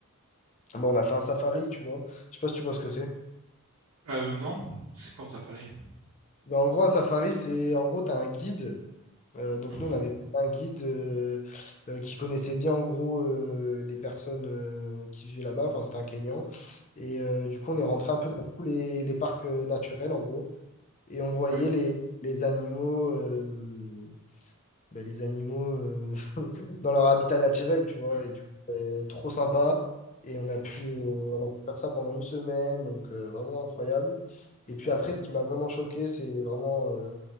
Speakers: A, on the left (about 35°); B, on the right (about 70°).
A: Bon, on a fait un safari, tu vois. Je sais pas si tu vois ce que c'est.
B: Euh, non, c'est quoi ça, Paris?
A: Mais en gros, un safari, c'est en gros, tu as un guide. Euh, donc,
B: Mhm.
A: nous, on avait un guide euh, euh, qui connaissait bien en gros euh, les personnes euh, qui vivaient là-bas. Enfin, c'était un Kenyan. Et euh, du coup, on est rentré un peu dans tous les, les parcs euh, naturels, en gros. Et on voyait
B: Ouais,
A: les, les animaux. euh, ben, les animaux euh, <laughs> dans leur habitat naturel, tu vois.
B: ouais.
A: Et du coup, ben, trop sympa. Et on a pu, euh, on a pu faire ça pendant une semaine, donc euh, vraiment incroyable.
B: Mhm.
A: Et puis après, ce qui m'a vraiment choqué, c'est vraiment euh,